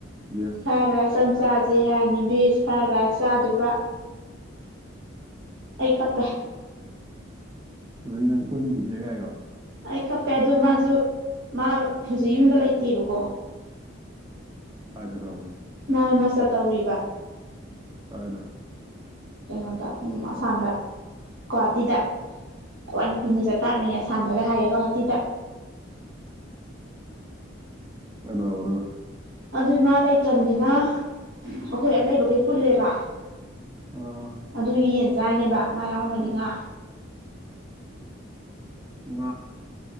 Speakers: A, on the right; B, on the right.
A: ꯕꯦꯁ
B: ꯐ꯭ꯔꯥꯏ ꯔꯥꯏꯁ ꯑ ꯆꯥꯁ ꯍꯥꯏꯔꯅꯤ ꯚꯁ ꯐ꯭ꯔꯥꯏ ꯔꯥꯏꯁ ꯆꯥꯗꯕ ꯑꯩ ꯀꯞꯄꯦ
A: ꯑꯗꯨꯗꯤ ꯅꯪ ꯄꯨꯟꯈꯤꯗ꯭ꯔꯦ ꯀꯥꯏꯔꯣ
B: ꯑꯩ ꯀꯞꯄꯦ ꯑꯗꯨꯗ ꯃꯥꯁꯨ ꯃꯥ ꯍꯧꯖꯤꯛ ꯌꯨꯝꯗ ꯂꯩꯇꯦꯕꯀꯣ
A: ꯀꯥꯏ ꯆꯠꯈ꯭ꯔꯕ
B: ꯃꯥ ꯃꯆꯥ ꯇꯧꯔꯤꯕ
A: ꯐꯗ
B: ꯀꯩꯅꯣꯗ ꯎꯝ ꯑꯁꯥꯝꯗ ꯀ꯭ꯋꯥꯇꯗ ꯑꯋꯥ ꯅꯨꯄꯤꯅꯤ ꯆꯥꯛꯇꯥꯛꯅꯩ ꯑꯁꯥꯝꯗꯒ ꯍꯥꯏꯌꯦ ꯒꯧꯍꯥꯇꯗ
A: ꯑꯦꯗꯣ ꯑꯣꯏ
B: ꯑꯗꯨꯏ ꯃꯥ ꯂꯩꯇ꯭ꯔꯅꯤꯅ ꯑꯩꯈꯣꯏ ꯑ ꯂꯩꯩꯕꯈꯩ ꯄꯨꯜꯂꯦꯕ
A: ꯑꯥ
B: ꯑꯗꯨꯒꯤ ꯌꯦꯟ ꯆꯥꯅꯦꯕ ꯃꯥ ꯌꯥꯎꯝꯕꯅꯤ ꯇꯉꯥ
A: ꯑ